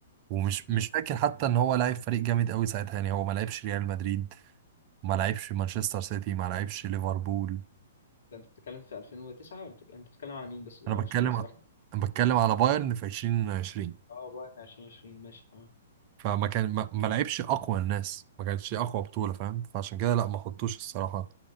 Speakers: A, on the right (about 35°); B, on the left (about 60°).
A: ومش مش
B: امم
A: فاكر حتى ان هو لعب فريق جامد قوي ساعتها يعني هو ما لعبش ريال مدريد ما لعبش مانشستر سيتي ما لعبش ليفربول
B: ده انت بتتكلم في 2009 ولا بت- انت بتتكلم على مين بس الاول
A: انا بتكلم
B: عشان انا سرحت
A: انا بتكلم على بايرن في 2020
B: اه بعد عشان عشرين ماشي تمام
A: فما كان ما, ما لعبش اقوى الناس ما كانتش اقوى بطوله فاهم فعشان كده لا ما حطوش الصراحه